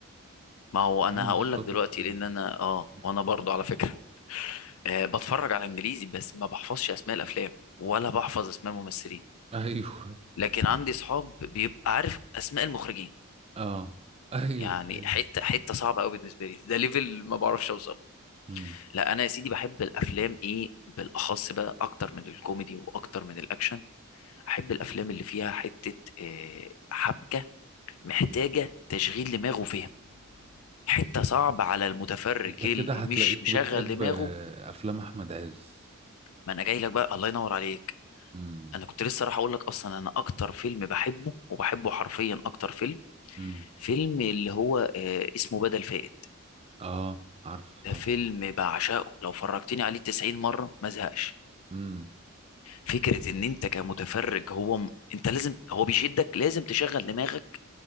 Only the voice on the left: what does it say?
ما هو انا
هقول
لك دلوقتي
لان انا اه
وانا برضو على فكره <laughs> آه بتفرج على انجليزي بس ما بحفظش اسماء الافلام ولا بحفظ اسماء الممثلين
لكن عندي اصحاب بيبقى عارف اسماء المخرجين
يعني
حته حته صعبه قوي بالنسبه لي ده ليفل ما بعرفش اوصل
لا انا يا سيدي بحب الافلام ايه بالاخص بقى اكتر من الكوميدي واكتر من الاكشن احب الافلام اللي فيها حته آه، حبكه محتاجه تشغيل دماغ وفهم حته صعب على المتفرج
اللي
مش مشغل
دماغه
ما انا جاي لك بقى الله ينور عليك
انا كنت لسه راح اقول لك اصلا انا اكتر فيلم بحبه وبحبه حرفيا اكتر فيلم
فيلم اللي هو آه، اسمه بدل فائت
ده
فيلم بعشقه لو فرجتني عليه 90 مره ما زهقش
فكره ان انت كمتفرج هو م... انت لازم هو بيشدك لازم تشغل دماغك